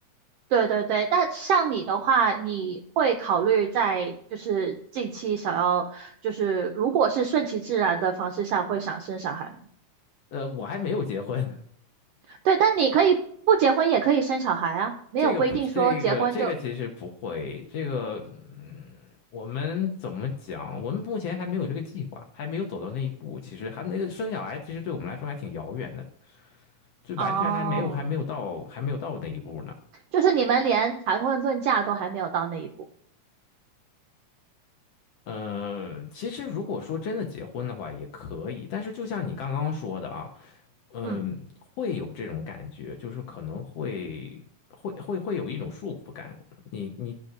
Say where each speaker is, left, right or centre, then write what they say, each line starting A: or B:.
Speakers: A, on the right; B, on the left.
A: 对对对，那像你的话，你会考虑在就是近期想要，就是如果是顺其自然的方式下，会想生小孩吗？
B: 呃，我还没有结婚，
A: 对，但你可以不结婚也可以生小孩啊，
B: <laughs>
A: 没有规定说结婚就，
B: 这个不，这个这个其实不会，这个，嗯，我们怎么讲？我们目前还没有这个计划，还没有走到那一步。其实还那个生小孩，其实对我们来说还挺遥远的，就完全还没有还没有到还没有到那一步呢。
A: 哦，就是你们连谈婚论嫁都还没有到那一步。
B: 嗯，其实如果说真的结婚的话也可以，但是就像你刚刚说的啊，嗯，
A: 嗯。
B: 会有这种感觉，就是可能会会会会有一种束缚感。你你